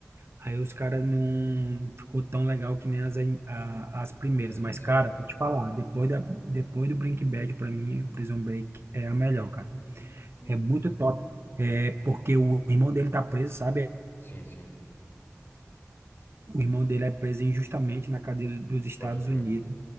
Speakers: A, on the right; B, on the left.
A: Aí os caras não ficou tão legal que nem as, a- as primeiras.
B: As
A: Mas,
B: iniciais,
A: cara,
B: né?
A: vou te falar, depois, da, depois do Breaking Bad, pra mim, Prison Break é a melhor, cara.
B: Hum,
A: É muito top. É porque o irmão dele tá preso, sabe?
B: Sim, sim.
A: O irmão dele é preso injustamente na cadeia dos Estados
B: Pode crer.
A: Unidos.